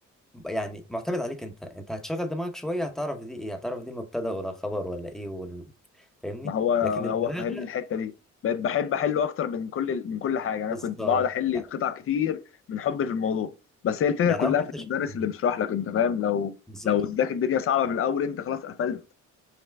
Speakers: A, in the centre; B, on the left.
A: يعني معتمد عليك انت انت هتشغل دماغك شويه هتعرف دي ايه هتعرف دي المبتدا ولا الخبر ولا ايه ولا فاهمني
B: ما هو
A: لكن البلاغه
B: هو فهمني الحته دي بقيت بحب احله اكتر من كل ال- من كل حاجه انا
A: بالظبط
B: كنت بقعد احل
A: يعني
B: قطع كتير من حبي في الموضوع بس هي الفكره
A: يعني
B: كلها
A: هو في
B: في
A: تشغيل
B: المدرس
A: دماغ
B: اللي بيشرح لك انت فاهم لو
A: بالظبط
B: لو اداك الدنيا صعبه من الاول انت خلاص قفلت